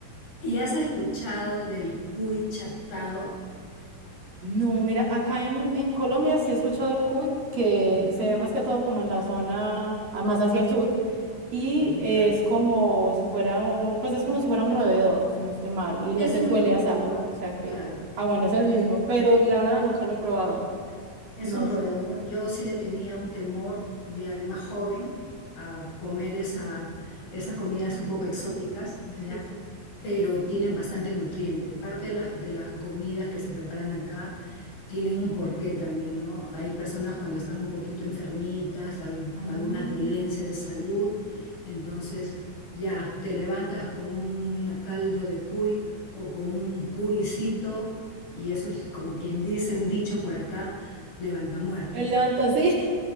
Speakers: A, on the left; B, on the right.
A: ¿Y has escuchado del cuy chactado?
B: No, mira, acá en, en Colombia sí he escuchado el cuy, que
A: Ujú,
B: se ve más que todo como en la zona, ah, más hacia el sur, y
A: ujú,
B: es
A: ya.
B: como si fuera un, pues es como si fuera un roedor, si no estoy mal, y lo
A: Es
B: se
A: un
B: suele
A: roedor,
B: asar, o sea que,
A: claro.
B: ah, bueno, es el mismo, pero la verdad nunca lo he probado,
A: Es
B: no
A: un roedor.
B: sé.
A: Yo sí le tenía un temor, ya de más joven, a comer esa, esas comidas un poco exóticas,
B: Sí.
A: ¿ya? Pero tienen bastante nutriente. Parte de las, de las comidas que se preparan acá tienen un porqué también, ¿no? Hay personas cuando están un poquito enfermitas, al-
B: Ah,
A: alguna dolencia de salud,
B: qué chévere.
A: entonces ya te levantas con un caldo de cuy o con un cuicito, y eso es como quien dice, un dicho por acá levanta muertos.
B: El levanta así.